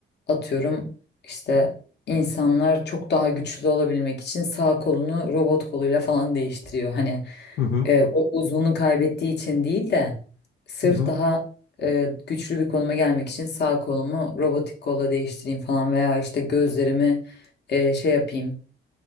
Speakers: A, on the left; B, on the left.
A: atıyorum işte insanlar çok daha güçlü olabilmek için sağ kolunu robot koluyla falan değiştiriyor. Hani
B: Hı hı.
A: e, o uzvunu kaybettiği için değil de sırf
B: Hı hı.
A: daha e, güçlü bir konuma gelmek için sağ kolumu robotik kolla değiştireyim falan veya işte gözlerimi e, şey yapayım